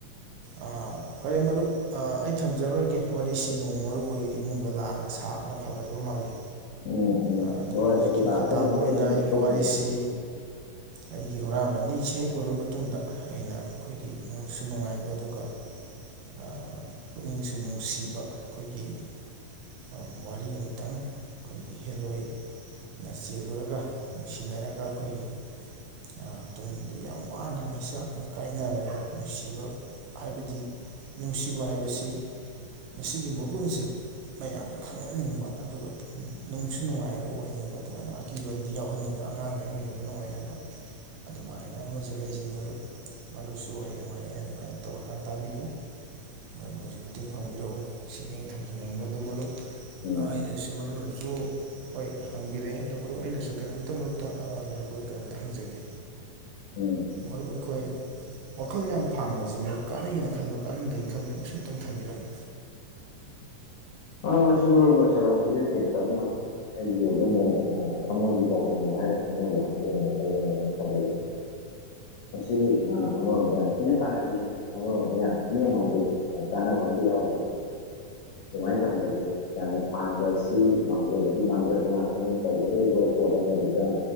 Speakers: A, on the right; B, on the left.
A: ꯑꯥ ꯐꯔꯦ ꯃꯔꯨꯞ ꯑꯥ ꯑꯩ ꯊꯝꯖꯔꯣꯏꯒꯦ ꯋꯥꯔꯤꯁꯤ ꯅꯣꯡꯃ ꯃꯔꯨꯞ ꯍꯣꯏ ꯏꯃꯨꯡꯗ ꯂꯥꯛꯑꯒ ꯁꯥꯕꯅ ꯐꯒꯗꯕ ꯃꯥꯜꯂꯤ
B: ꯎꯝ ꯎꯝ
A: ꯑꯥ ꯑꯗꯨꯕꯨ
B: ꯍꯣꯏ
A: ꯍꯧꯖꯤꯛꯀꯤ
B: ꯑꯗꯨ ꯂꯥꯛꯄ
A: ꯃꯈꯥ ꯇꯥꯕ
B: ꯅꯨꯃꯤꯠꯇꯨ
A: ꯑꯣꯏꯅ
B: ꯑꯗꯨꯝ
A: ꯑꯩꯒꯤ
B: ꯇꯨꯝꯃꯨꯒꯤ
A: ꯋꯥꯔꯤꯁꯤ ꯑꯩꯒꯤ ꯍꯨꯔꯥꯟꯕ ꯑꯅꯤ ꯁꯦꯛ ꯂꯨꯔꯕ ꯃꯇꯨꯡꯗ ꯑꯩꯅ ꯑꯈꯣꯏꯒꯤ ꯅꯨꯡꯁꯨ ꯅꯨꯡꯉꯥꯏꯕ ꯑꯗꯨꯒ ꯑꯥ ꯄꯨꯛꯅꯤꯡꯁꯨ ꯅꯨꯡꯁꯤꯕ ꯑꯈꯣꯏꯒꯤ ꯑꯥ ꯋꯥꯔꯤ ꯑꯃꯇꯪ ꯑꯈꯣꯏꯒꯤ ꯍꯦꯜꯂꯣꯏ ꯅ ꯆꯦꯜꯂꯨꯔꯒ ꯅꯨꯡꯁꯤꯅꯔꯒ ꯑꯈꯣꯏꯒꯤ ꯑꯥ ꯇꯨꯡꯗ ꯌꯥꯝ ꯋꯥꯅ ꯃꯩꯆꯥꯛꯅ ꯀꯥꯏꯅꯔꯒ ꯅꯨꯡꯁꯤꯕ ꯍꯥꯏꯕꯗꯤ ꯅꯨꯡꯁꯤꯕ ꯍꯥꯏꯕꯁꯤ ꯃꯁꯤꯒꯤ ꯃꯒꯨꯟꯁꯦ ꯃꯌꯥꯝꯗ ꯈꯪꯍꯟꯅꯤꯡꯕ ꯑꯗꯨꯒ ꯅꯨꯡꯁꯨ ꯅꯨꯡꯉꯥꯏꯕ ꯑꯣꯏꯅꯤꯡꯕ ꯑꯗꯨꯃꯥꯏꯅ ꯑꯀꯤꯕ ꯑꯝꯗꯤ ꯌꯥꯎꯍꯟꯅꯤꯡꯗꯕ ꯑꯉꯥꯡꯒꯩ ꯌꯦꯡꯕ ꯅꯨꯡꯉꯥꯏꯅꯕ ꯑꯗꯨꯃꯥꯏꯅ ꯑꯃꯁꯨ ꯂꯩꯖꯩ ꯃꯔꯨꯞ ꯃꯗꯨꯁꯨ ꯍꯌꯦꯡꯋꯥꯏ ꯑꯩꯅ ꯑꯗꯨꯃꯥꯏꯟ ꯇꯧꯔꯀꯥꯟ ꯇꯥꯕꯤꯌꯨ ꯃꯔꯨꯞ ꯍꯣꯏꯁꯨ ꯃꯇꯦꯡ ꯄꯥꯡꯕꯤꯔꯛꯎ ꯁꯤꯅꯤ ꯊꯝꯖꯅꯤꯡꯕ ꯑꯗꯨ ꯃꯔꯨꯞ
B: ꯎꯝ
A: ꯑꯩꯅ ꯁꯤ ꯃꯔꯨꯞꯅꯖꯨ ꯍꯣꯏ ꯍꯪꯕꯤꯔꯛꯑꯦ ꯑꯗꯣ ꯃꯔꯨꯞ ꯑꯩꯅꯁꯨ ꯀꯩꯅꯣꯝꯇ ꯃꯔꯨꯞꯇ ꯑꯥ ꯂꯣꯏꯔꯛꯄꯗꯣ ꯀꯩꯅꯣꯝꯇ ꯍꯪꯖꯒꯦ
B: ꯎꯝ
A: ꯃꯔꯨꯞ ꯑꯈꯣꯏ ꯋꯥꯈꯜ ꯌꯥꯝ ꯐꯥꯡꯕꯁꯤ ꯃꯔꯨꯞ ꯀꯥꯟꯅꯩꯅ ꯈꯟꯕ꯭ꯔꯥ ꯀꯥꯟꯅꯗꯦ ꯊꯝꯕꯤꯔꯝꯃꯨ ꯁꯤꯝꯇꯪ ꯊꯝꯕꯤꯔꯝꯃꯨ
B: ꯑꯥ ꯃꯁꯤ ꯃꯔꯨꯞ ꯂꯣꯏꯁꯤꯜꯂꯛꯄꯖꯤ ꯇꯦꯟ ꯇꯛꯅ ꯑꯩꯒꯤ ꯑꯣꯏꯕ ꯃꯣꯠꯇ ꯊꯃꯣꯏꯒꯤ ꯄꯥꯎꯗꯝ ꯍꯥꯏꯔ ꯈꯪꯅꯕ ꯑꯗꯨꯒꯨꯝꯕ ꯋꯥꯈꯜ ꯑꯃꯇꯪ ꯊꯝꯖꯒꯦ ꯑꯁꯤ ꯑꯥ ꯑꯃꯔꯣꯝꯗ ꯌꯥꯝ ꯊꯤꯅ ꯀꯥꯟꯅꯗꯦ ꯑꯃꯔꯣꯝꯗ ꯌꯥꯝ ꯊꯤꯅ ꯃꯥꯡꯖꯩ ꯑꯥ ꯀꯥꯟꯅꯕ ꯑꯝꯇ ꯌꯥꯎꯗ꯭ꯔꯦ ꯑꯗꯨꯃꯥꯏꯟ ꯊꯝꯖꯒꯦ ꯌꯥꯝꯅ ꯐꯥꯡꯕ ꯑꯁꯤ ꯃꯥꯡꯖꯕꯒꯤ ꯃꯥꯡꯖꯕ ꯉꯥꯛꯇꯅꯤ ꯇꯧꯒꯗꯧꯔꯤꯕ ꯄꯣꯠ ꯑꯃꯗꯨꯗ